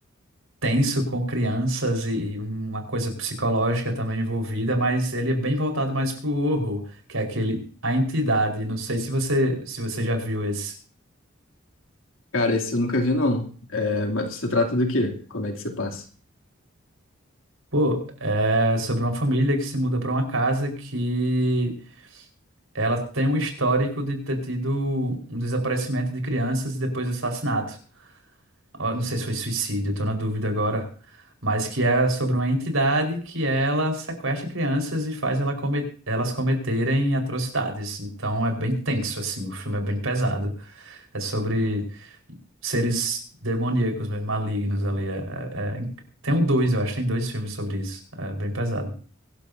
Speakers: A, on the right; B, on the left.
A: tenso com crianças e e uma coisa psicológica também envolvida, mas ele é bem voltado mais pro horror, que é aquele A Entidade. Não sei se você se você já viu esse.
B: Cara, esse eu nunca vi, não. É, mas se trata do quê? Como é que você passa?
A: Pô, é sobre uma família que se muda para uma casa que ela tem um histórico de ter tido um desaparecimento de crianças e depois assassinato. ó, não sei se foi suicídio, tô na dúvida agora, mas que é sobre uma entidade que ela sequestra crianças e faz ela come- elas cometerem atrocidades. Então é bem tenso, assim, o filme é bem pesado. É sobre seres demoníacos mesmo, malignos ali. É, é- é tem um dois, eu acho, tem dois filmes sobre isso. É bem pesado.